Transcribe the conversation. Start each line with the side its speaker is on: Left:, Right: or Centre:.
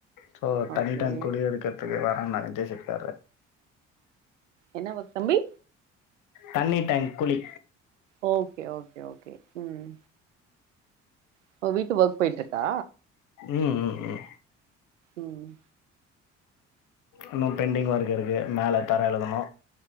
Left: சோ தண்ணி
Right: ஓகே
Left: டேங்க் குழி எடுக்கற்துக்கு வரன்னாங்க ஜே சி பி க்காரு
Right: என்ன ஒர்க் தம்பி
Left: தண்ணி டேங்க் குலி
Right: ஓக்கே ஓக்கே ஓக்கே ம் இப்பொ வீட்டு ஒர்க் போயிட்ருக்கா
Left: ம் ம் ம்
Right: ம்
Left: இன்னு பெண்டிங் ஒர்க் இருக்கு மேல தர எழுகணு